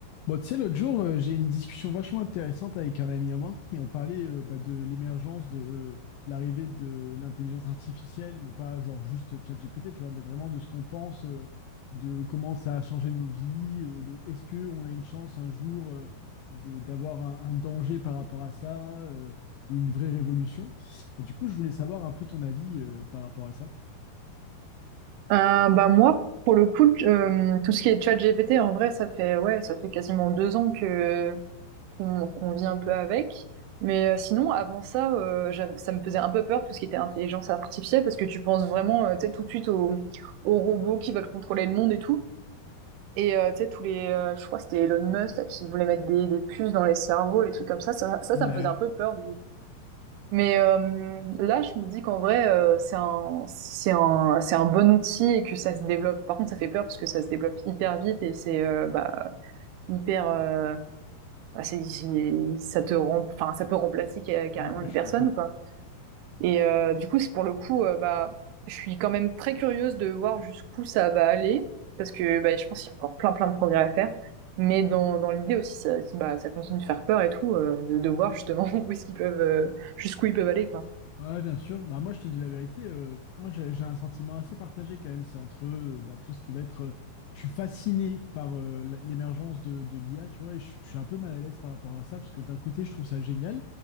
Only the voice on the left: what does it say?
Bon, tu sais, l'autre jour, euh, j'ai eu une discussion vachement intéressante avec un ami à moi et on parlait euh, bah, de l'émergence de euh, l'arrivée de l'intelligence artificielle, mais pas genre juste ChatGPT, tu vois, mais vraiment de ce qu'on pense, euh, de comment ça a changé nos vies, euh, de est-ce que on a une chance un jour euh, de d'avoir un, un danger par rapport à ça euh, ou une vraie révolution. Et du coup, je voulais savoir un peu ton avis euh, par rapport à ça.
Ouais,
ouais,
ouais, ouais, je
suis
d'accord.
Ouais, bien sûr. Bah, moi, je te dis la vérité. euh, moi, j'ai j'ai un sentiment assez partagé quand même. C'est entre euh, bah, tout ce qui va être. euh, je suis fasciné par euh, la- l'émergence de, de l'IA, tu vois, et je, je suis un peu mal à l'aise par rapport à ça, parce que d'un côté, je trouve ça génial.